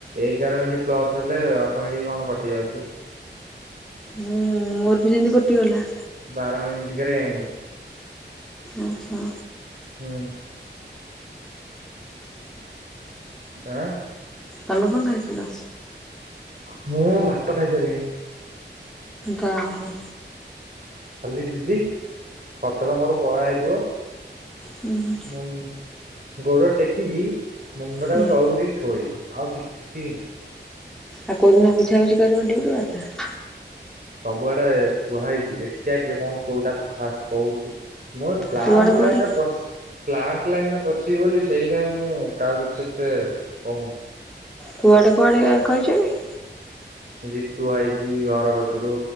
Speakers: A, on the right; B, in the centre.
A: ଏଗାର ମିନିଟ୍ ପ୍ଲସ୍ ହେଲେ ଅଟମେଟିକି କଣ କଟି ଯାଉଚି।
B: ହୁଁ। ମୋର ବି ସେମିତି କଟିଗଲା।
A: ବାର ମିନିଟ୍ କିରେ ଏଣ୍ଡେ।
B: ଆଛା।
A: ହୁଁ। ଆଁ।
B: ତମେ କଣ ଖାଇଥିଲ?
A: ଅଁ-ମୁଁ ଭାତ ଖାଇସାଇଲିଣି।
B: ଯା ହଉ।
A: ଖାଲି ଯିବି ଖଟରେ ମର ପରା ହେଇଥିବ
B: ହୁଁ।
A: ଉଁ- ଗୋଡ ଟେକିକି ମୁଣ୍ଡ
B: ହୁଁ
A: ଟାକୁ ତଳକୁ ଦେଇକି ଶୋଇବି ଆଉ କିଛି ନାଇଁ।
B: ଆଉ କଉଦିନ ବୁଝାବୁଝିି କରିବ ଡିଉଟି କଥା?
A: ସବୁଆଡେ କୁହା ହେଇଚି ଦେଖିବା କିଏ କଣ କଉଟା ଫାଷ୍ଟ୍ କହୁଚି ମୁଁ ପ୍ଲାଣ୍ଟ୍
B: କୁଆଡେ କୁଆଡେ
A: ଲାଇନ୍ ରେ ପସି ପ୍ଲାଣ୍ଟ୍ ଲାଇନ୍ ରେ ପଶିବି ବୋଲି ସେଇଥିପାଇଁ ମୁଁ କାହାକୁ କିଛି ଏତେ କହୁନି।
B: କୁଆଡ଼େ କୁଆଡ଼େ କହିଚ କି?
A: ଜିତୁ ଆଇଚି ଘର କତିରୁ